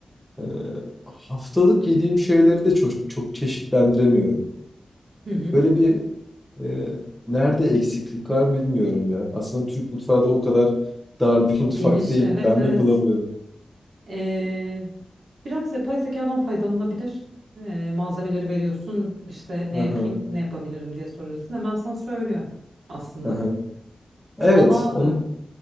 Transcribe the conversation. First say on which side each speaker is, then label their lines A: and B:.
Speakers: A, in the centre; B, on the right.
A: e, haftalık yediğim şeyleri de çok, çok çeşitlendiremiyorum.
B: hı hı.
A: Böyle bir e, nerede eksiklik var bilmiyorum ya. Aslında Türk mutfağı da o kadar dar bir <laughs> mutfak
B: Geniş,
A: değil.
B: evet
A: Ben
B: evet.
A: mi bulamıyorum?
B: Ee, biraz yapay zekadan faydalanabilir. Ee, malzemeleri veriyorsun, işte ne
A: Aha,
B: yapayım, ne yapabilirim diye soruyorsun. Hemen sana söylüyor aslında.
A: aha. Evet,
B: Ama
A: onu,